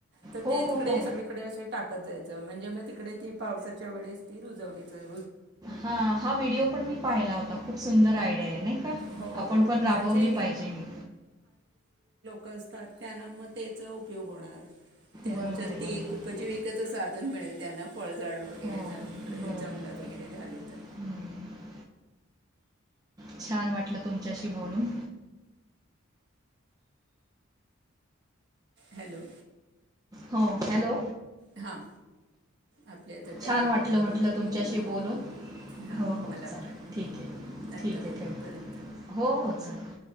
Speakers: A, on the right; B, on the right.
A: तर
B: हो
A: ते
B: हो
A: तिकडे
B: हो
A: सगळीकडे असे टाकत जायच म्हणजे मग तिकडे ती पावसाच्या वेळेस. ती रुजवलीच आहे.
B: हा हा व्हिडिओ पण मी पाहिला होता खूप सुंदर आयडिया आहे नाही का
A: हो
B: आपण पण
A: म्हणजे
B: राबवली पाहिजे हे.
A: कसं. त्यांना मग त्याचा उपयोग होणार त्यांच्या
B: बरोबर आहे बरोबर
A: ते एक
B: आहे
A: उपजीविकेचं साधन मिळेल. त्यांना फळझाडं वगैरेचं
B: हो
A: तिकडे
B: बरोबर
A: जंगलात
B: आहे बरोबर
A: वगैरे झाले तर.
B: हं. छान वाटलं तुमच्याशी बोलून.
A: हॅलो
B: हो हॅलो
A: हां आपल्या इथं त्या
B: छान वाटलं
A: वेळ
B: म्हंटलं
A: होत आली
B: तुमच्याशी
A: आहे. हो
B: बोलून
A: हां
B: हो हो
A: मला
B: चालेल
A: पण
B: ठीक आहे
A: नंतर
B: ठीक आहे
A: बोलू
B: ठेवते
A: परत
B: हो हो चालेल.